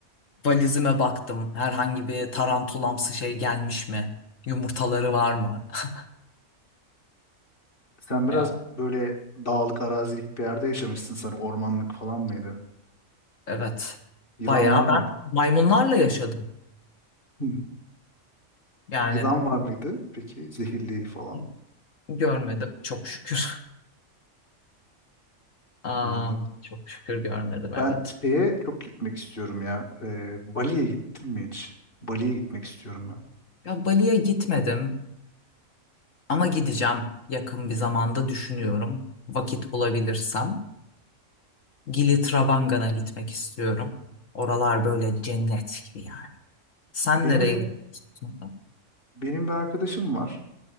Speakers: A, on the left (about 70°); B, on the left (about 40°).
A: Valizime baktım. Herhangi bir tarantulamsı şey gelmiş mi? Yumurtaları var mı? <laughs>
B: Sen biraz
A: Ya.
B: böyle dağlık, arazilik bir yerde yaşamışsın sanırım. Ormanlık falan mıydı?
A: Evet.
B: Yılan
A: Bayağı
B: var mıydı?
A: ben maymunlarla yaşadım.
B: Hı.
A: Yani
B: Yılan var mıydı? Peki zehirli falan.
A: <laughs> görmedim çok şükür. <laughs> Aa,
B: Anladım.
A: çok şükür görmedim evet.
B: Ben şeye çok gitmek istiyorum ya. Ee, Bali'ye gittin mi hiç? Bali'ye gitmek istiyorum ben.
A: Ya Bali'ye gitmedim ama gideceğim yakın bir zamanda düşünüyorum. Vakit bulabilirsem. Gili Travanga'na gitmek istiyorum. Oralar böyle cennet gibi yani. Sen
B: Benim
A: nereye
B: bir
A: gitmek gittin?
B: benim bir arkadaşım var.